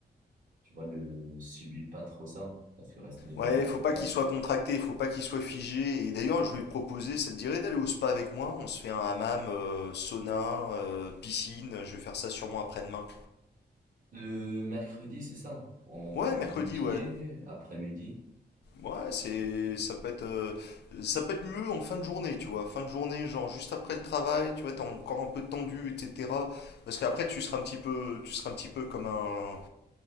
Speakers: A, on the right; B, on the left.
A: tu vois, ne subit pas trop ça. Parce que rester devant
B: Ouais,
A: l'ordinateur,
B: faut pas qu'il soit contracté, faut pas qu'il soit figé. Et d'ailleurs, je voulais te proposer, ça te dirait d'aller au spa avec moi? On se fait un hammam, euh, sauna, euh, piscine. Je vais faire ça sûrement après-demain.
A: Le mercredi, c'est ça? En
B: Ouais, mercredi,
A: matinée,
B: ouais.
A: après-midi?
B: Ouais, c'est, ça peut être, euh, ça peut être mieux en fin de journée, tu vois. Fin de journée, genre juste après le travail, tu vois, t'es encore un peu tendu, etc. Parce qu'après, tu seras un petit peu, tu seras un petit peu comme un,